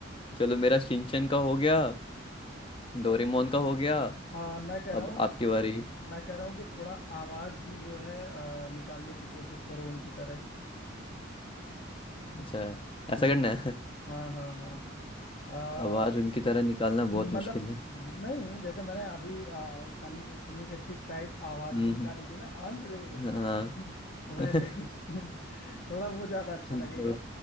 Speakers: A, on the left; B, on the left.
A: चलो मेरा शिनचैन का हो गया डोरेमोन का हो गया
B: आ, मैं कह रहा
A: अब
B: हूँ
A: आपकी
B: कि
A: बारी
B: मैं कह रहा हूँ कि थोड़ा आवाज भी जो है अ, निकालने की कोशिश करो उनकी तरह
A: अच्छा
B: हम्म
A: ऐसा करना है
B: हाँ हाँ हाँ
A: आवाज
B: अ,
A: उनकी तरह निकालना
B: <clears throat> मतलब
A: बहुत मुश्किल है
B: नहीं जैसे मैंने अभी अ, सनी सुनील शेट्टी टाइप आवाज
A: हम्म
B: भी निकाली थी ना अंजलि
A: हाँ
B: <laughs>
A: <laughs>
B: वैसे कुछ <laughs> थोड़ा वो ज्यादा अच्छा
A: तो,
B: लगेगा